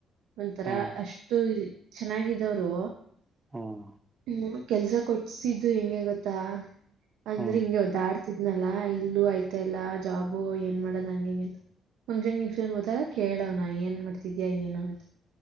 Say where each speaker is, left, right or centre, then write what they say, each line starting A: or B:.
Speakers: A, on the right (about 85°); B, on the right (about 20°).
A: ಒಂಥರ
B: ಹ್ಮ್
A: ಅಷ್ಟು ಚೆನ್ನಾಗಿದವರು
B: ಹ್ಮ್
A: ಹೂ ಕೆಲ್ಸ ಕೊಟ್ಸಿದ್ದು ಹೆಂಗೆ ಗೊತ್ತಾ ಅಂದ್ರೆ
B: ಹ್ಮ್
A: ಹಿಂಗೆ ಹೋದಾಡ್ತಾ ತಿದ್ನಲ್ಲಾ ಇಲ್ಲೂ ಆಯ್ತಾ ಇಲ್ಲಾ ಜಾಬು ಏನ್ ಮಾಡದ್ ಹಂಗಂಗಗೆ ಫಂಕ್ಷನ್ಕ್ಷನ್ ಕೇಳವನ ಏನ್ ಮಾಡ್ತಿದ್ಯಾ ಏನ ಅಂತ